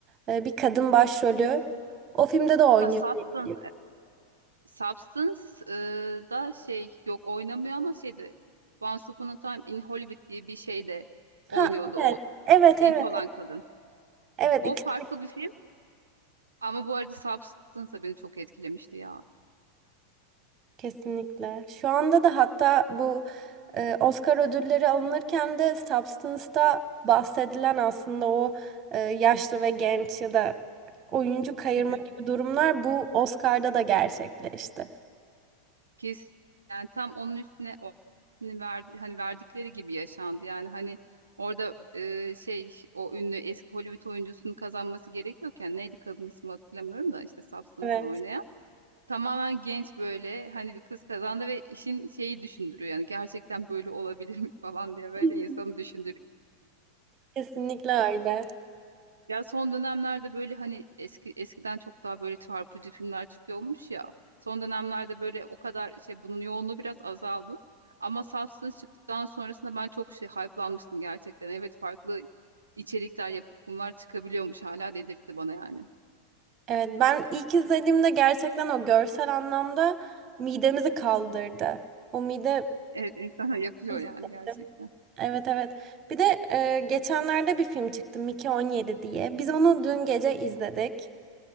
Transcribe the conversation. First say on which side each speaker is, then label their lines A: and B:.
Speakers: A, on the right; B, on the right.
A: e, bir kadın başrolü. O filmde de oynuyor
B: Ha, Substance.
A: diye biliyorum.
B: e, Substance e, da şey yok oynamıyor ama şeydi Once Upon a Time in Hollywood diye bir şey de oynuyordu
A: Ha evet.
B: o
A: Evet
B: genç
A: evet.
B: olan kadın.
A: Evet
B: O
A: ikisi.
B: farklı bir film ama bu arada Substance da beni çok etkilemişti ya.
A: Kesinlikle. Şu anda da hatta bu e, Oscar ödülleri alınırken de Substance'da bahsedilen aslında o e, yaşlı ve genç ya da oyuncu kayırma
B: Evet.
A: gibi durumlar bu Oscar'da da gerçekleşti.
B: Kesin yani tam onun üstüne o hani verdi, hani verdikleri gibi yaşandı. Yani hani orada e, şey o ünlü eski Hollywood oyuncusunun kazanması gerekiyorken neydi kadın ismi hatırlamıyorum da işte Substance'la
A: Evet,
B: oynayan. Tamamen genç böyle hani bir kız kazandı ve işin şeyi düşündürüyor yani gerçekten böyle olabilir mi falan diye böyle
A: <laughs>
B: insanı düşündürüyor.
A: kesinlikle öyle.
B: Ya son dönemlerde böyle hani eski eskiden çok daha böyle çarpıcı filmler çıkıyormuş ya. Son dönemlerde böyle o kadar şey bunun yoğunluğu biraz azaldı. Ama Substance çıktıktan sonrasında ben çok şey hype'lanmıştım gerçekten. Evet farklı içerikler, yapımlar çıkabiliyormuş hala dedirtti bana yani.
A: Evet ben ilk izlediğimde gerçekten o görsel anlamda midemizi kaldırdı. O mide
B: Evet <laughs> insana yapıyor
A: hissettim.
B: yani gerçekten.
A: evet evet. Bir de e, geçenlerde bir film çıktı Mickey 17 diye. Biz onu dün gece izledik.